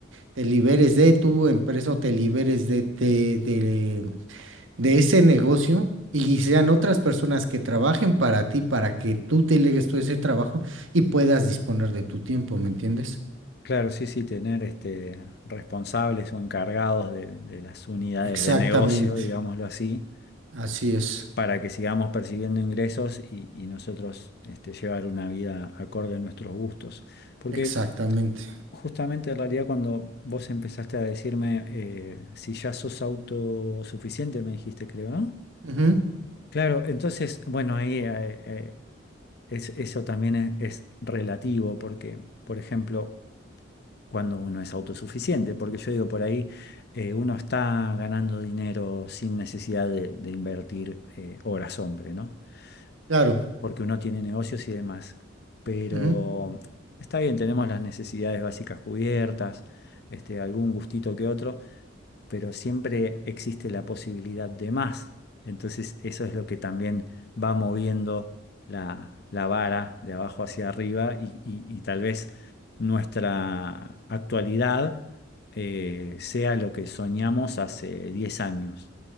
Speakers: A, on the right; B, on the left.
A: Te liberes de tu empresa o te liberes de, de, de, de ese negocio y sean otras personas que trabajen para ti para que tú delegues todo ese trabajo y puedas disponer de tu tiempo, ¿me entiendes?
B: Claro, sí, sí, tener este, responsables o encargados de, de las unidades
A: Exactamente.
B: de negocio, digámoslo así,
A: Así es.
B: para que sigamos percibiendo ingresos y, y nosotros este, llevar una vida acorde a nuestros gustos. Porque
A: Exactamente.
B: justamente en realidad cuando vos empezaste a decirme eh, si ya sos autosuficiente, me dijiste, creo, ¿no?
A: Ujú,
B: Claro, entonces, bueno, ahí eh, eh, es- eso también es, es relativo porque, por ejemplo, cuando uno es autosuficiente, porque yo digo por ahí, eh, uno está ganando dinero sin necesidad de, de invertir eh, horas hombre, ¿no?
A: Claro.
B: por- porque uno tiene negocios y demás. Pero
A: Ujú,
B: está bien, tenemos las necesidades básicas cubiertas, este, algún gustito que otro, pero siempre existe la posibilidad de más. Entonces eso es lo que también va moviendo la, la vara de abajo hacia arriba y, y- y tal vez nuestra actualidad eh, sea lo que soñamos hace 10 años